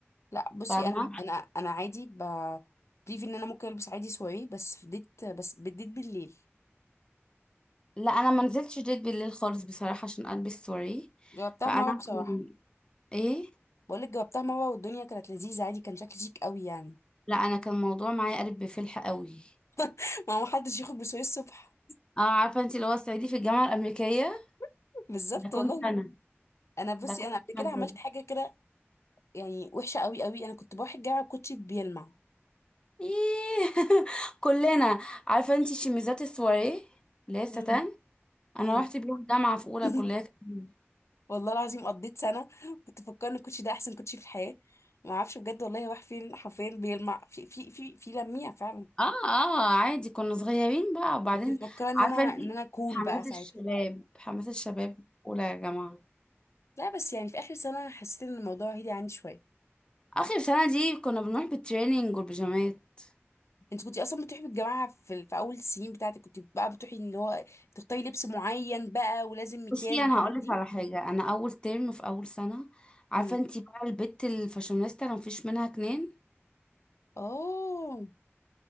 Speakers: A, on the left; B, on the left.
A: لا بصي
B: فاهمة
A: انا انا انا عادي ب... بليف ان انا ممكن البس عادي سواري بس في ديت بس بالديت بالليل
B: لا انا ما نزلتش ديت بالليل خالص بصراحه عشان البس واريه
A: جربتها
B: فانا
A: مره بصراحه
B: كان- ايه
A: بقولك جاوبتها مرة والدنيا كانت لذيذة عادي كان شكلي شيك قوي يعني
B: لا انا كان الموضوع معايا قلب بفلح قوي
A: <laughs> ما هو محدش يخرج بسوري الصبح
B: اه عارفه انت اللي هو الصعيدي في الجامعه الامريكيه
A: <laughs> بالظبط
B: ده كنت
A: والله
B: انا
A: انا بصي
B: ده كنت
A: انا قبل كده
B: انا
A: عملت
B: بجد
A: حاجة كده يعني وحشة قوي قوي انا كنت بروح الجامعة الكوتشي بيلمع
B: إيه. <laughs> كلنا عارفه انت شميزات السواريه اللي هي الستان
A: مم. امم
B: انا رحت بيهم الجامعه في اولى
A: <laughs>
B: كليه تجميل.
A: والله العظيم قضيت سنة كنت بفكر ان الكوتشي ده احسن كوتشي في الحياة ما اعرفش بجد والله راح فين حرفيا بيلمع في في في في لميع فعلا
B: اه اه عادي كنا صغيرين بقى وبعدين
A: كنت بفكر ان
B: عارفه
A: انا ان
B: انت
A: انا كول
B: حماس
A: بقى ساعتها
B: الشباب حماس الشباب اولى يا جماعه
A: لا بس يعني في اخر سنة حسيت ان الموضوع هدي عندي شوية
B: اخر سنه دي كنا بنروح بالتريننج والبيجامات
A: انت كنت اصلا بتروحي بالجماعه في, في اول السنين بتاعتك كنت بقى بتروحي اللي هو تختاري لبس معين بقى ولازم مكياج
B: بصي
A: والحاجات
B: انا هقولك
A: دي
B: على حاجه انا اول ترم في اول سنه عارفه
A: امم
B: انتي بقى البت الفاشونيستا انا مفيش منها اتنين
A: اوه